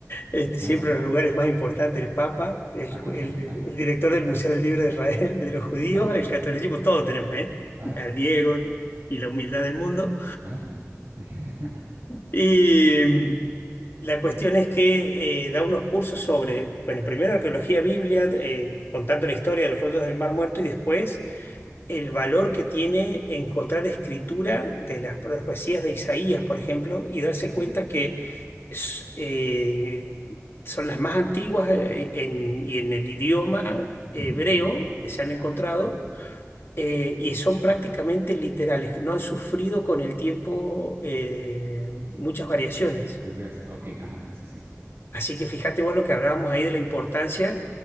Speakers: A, on the left; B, on the right.
A: Este,
B: Ajá,
A: siempre en los lugares más importantes, el Papa, el,
B: ajá,
A: el- el director del Museo del Libro de Israel, de los
B: <laughs> sí,
A: judíos,
B: ajá,
A: el catolicismo, todo tenemos, ¿eh?
B: ajá,
A: Al Diego y la humildad del mundo.
B: ajá. <laughs>
A: Y mm, la cuestión es que eh, da unos cursos sobre, bueno, primero arqueología biblia, eh, contando la historia de los rotos del Mar Muerto y después el valor que tiene encontrar escritura de las profecías de Isaías, por ejemplo, y darse
B: Ah, Ok.
A: cuenta que s- eh, son las más antiguas eh, en- y en el idioma hebreo
B: ujú,
A: que se
B: sí,
A: han encontrado.
B: ajá.
A: eh, y son prácticamente literales, que no han sufrido con el tiempo eh, muchas variaciones.
B: Desgaste, ok, ajá, sí, sí.
A: Así que fíjate vos lo que hablábamos ahí de la importancia